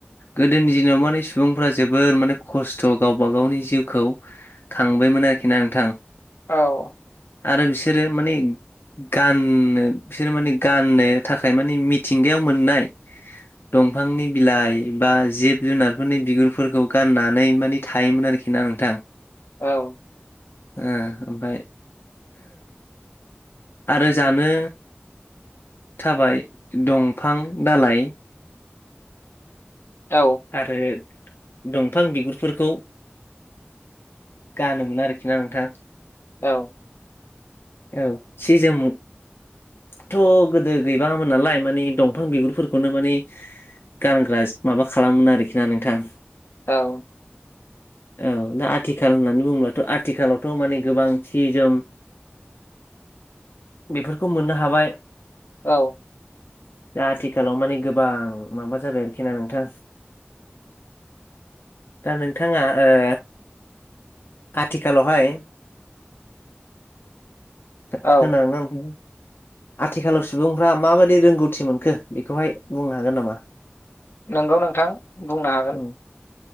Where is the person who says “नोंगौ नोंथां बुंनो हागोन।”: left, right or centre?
Left